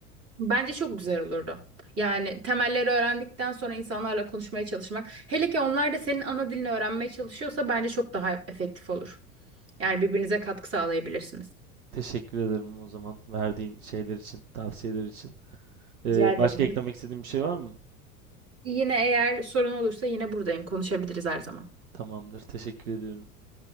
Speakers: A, on the right (about 35°); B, on the right (about 80°).
A: Bence çok güzel olurdu. Yani temelleri öğrendikten sonra insanlarla konuşmaya çalışmak. Hele ki onlar da senin ana dilini öğrenmeye çalışıyorsa bence çok daha efektif olur. Yani birbirinize katkı sağlayabilirsiniz.
B: Teşekkür ederim o zaman verdiğin şeyler için, tavsiyeler için. Ee,
A: Rica ederim.
B: başka eklemek istediğin bir şey var mı?
A: Yine eğer sorun olursa yine buradayım. Konuşabiliriz her zaman.
B: Tamamdır. Teşekkür ediyorum.